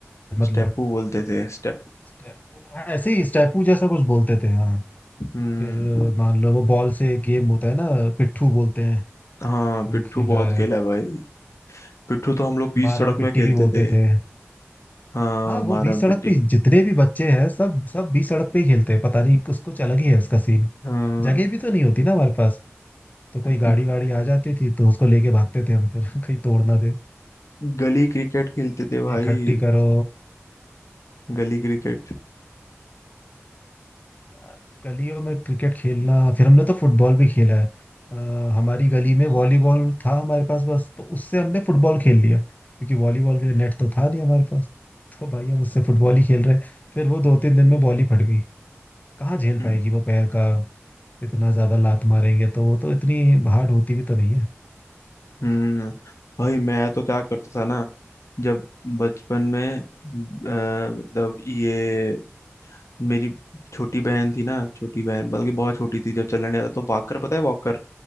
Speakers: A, on the left; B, on the left.
A: स्टेपू
B: मतलब
A: बोलते थे स्टेपू
B: स्टे- हाँ, ऐसे ही स्टेपू जैसा कुछ बोलते थे हाँ
A: हम्म
B: फिर अ, मान लो वो बॉल से गेम होता है ना पिट्ठू बोलते हैं
A: हाँ
B: वो
A: पिट्ठू
B: खेला
A: बहुत
B: है
A: खेला है भाई पिट्ठू तो हम लोग बीच
B: मारम
A: सड़क
B: पिट्टी
A: में खेलते
B: भी बोलते
A: थे
B: थे
A: हाँ
B: हाँ वो
A: मारम
B: बीच सड़क
A: पिट्टी
B: पे जितने भी बच्चे हैं सब सब बीच सड़क पे ही खेलते हैं पता नहीं कुछ कुछ अलग ही है उसका सीन
A: हाँ
B: जगह भी तो नहीं होती ना हमारे पास तो कोई गाड़ी
A: ग-
B: वाड़ी आ जाती थी तो उसको लेके भागते थे हम फिर <laughs> कहीं तोड़ ना दे
A: गली क्रिकेट खेलते थे भाई
B: "ए, इकट्ठी करो
A: गली क्रिकेट
B: यार गलियों में क्रिकेट खेलना फिर हमने तो फुटबॉल भी खेला है अ, हमारी गली में वॉलीबॉल था हमारे पास बस तो उससे हमने फुटबॉल खेल लिया क्योंकि वॉलीबॉल के लिए नेट तो था नहीं हमारे पास <laughs> तो भाई हम उससे फुटबॉल ही खेल रहे फिर वो दो तीन दिन में बॉल ही फट गई कहाँ झेल
A: हम्म
B: पाएगी वो पैर का इतना ज्यादा लात मारेंगे तो वो तो इतनी हार्ड होती भी तो नहीं है
A: हम्म, भाई मैं तो क्या करता था ना जब बचपन में अ, मतलब ये मेरी छोटी बहन थी ना छोटी बहन मतलब कि बहुत छोटी थी जब चलने आता तो वॉकर पता है वॉकर